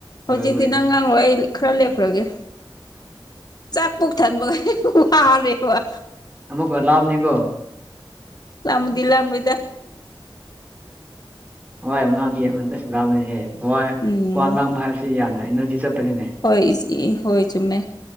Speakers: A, on the left (about 45°); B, on the right (about 15°).
A: ꯍꯧꯖꯤꯛꯇꯤ
B: ꯂꯣꯏꯕꯒꯤꯅꯦ
A: ꯅꯪ ꯉꯥꯡꯂꯣ ꯑꯩ ꯈꯔ ꯂꯦꯞꯈ꯭ꯔꯒꯦ ꯆꯥꯛ ꯄꯨꯛ ꯊꯟꯕꯒꯩ ꯋꯥꯔꯦꯕ
B: ꯑꯃꯨꯛꯀ ꯂꯥꯝꯅꯤꯀꯣ
A: ꯂꯥꯝꯕꯗꯤ ꯂꯥꯝꯂꯣꯏꯗ
B: ꯍ ꯋꯥ ꯌꯥꯝ ꯉꯥꯡꯗꯤ ꯌꯦꯉꯟꯗꯁ ꯂꯥꯡꯕꯅꯤꯍꯦ ꯋꯥꯏ
A: ꯎꯝ
B: ꯋꯥ ꯉꯥꯡꯕ ꯍꯥꯏꯕꯁꯤ ꯌꯥꯝꯅ ꯏꯅꯔꯖꯤ ꯆꯠꯄꯅꯤꯅꯦ
A: ꯍꯣꯏ ꯏꯁ ꯏ ꯍꯣꯏ ꯆꯨꯝꯃꯦ